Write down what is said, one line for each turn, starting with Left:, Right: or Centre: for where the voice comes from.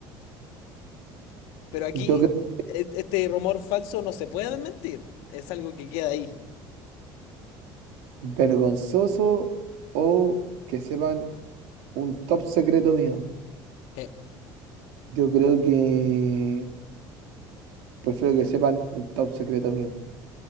Left: Pero aquí
Right: Yo creo
Left: e- este rumor falso no se puede desmentir, es algo que queda ahí.
Right: vergonzoso o que sepan Un top secreto mío.
Left: Eh,
Right: Yo creo que prefiero que sepan un top secreto mío,